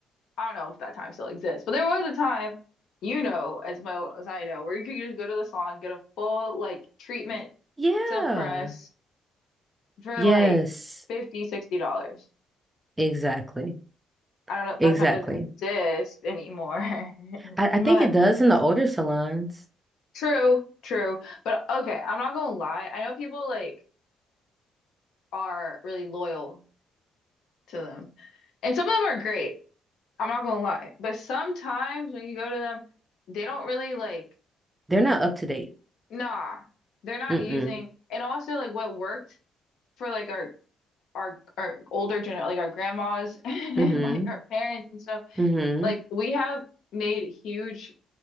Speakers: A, on the left; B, on the right.
A: I don't know if that time still exists, but there was a time, you know, as well as I know, where you could just go to the salon, get a full like treatment,
B: Y- Yeah.
A: silk press for
B: Yes.
A: like 50, 60 dollars.
B: Exactly.
A: I don't know,
B: Exactly.
A: that time doesn't exist anymore. <laughs>
B: I, I
A: But
B: think it does in the older salons.
A: true, true. But okay, I'm not gonna lie. I know people like are really loyal to them. And some of them are great. I'm not gonna lie. But sometimes when you go to them, they don't really like,
B: They're not up to date.
A: nah, they're not
B: Mm-mm.
A: using and also like what worked for like our our our older gener like our grandmas <laughs> and
B: Mm-hmm.
A: like our parents and stuff,
B: Mm-hmm.
A: like we have made huge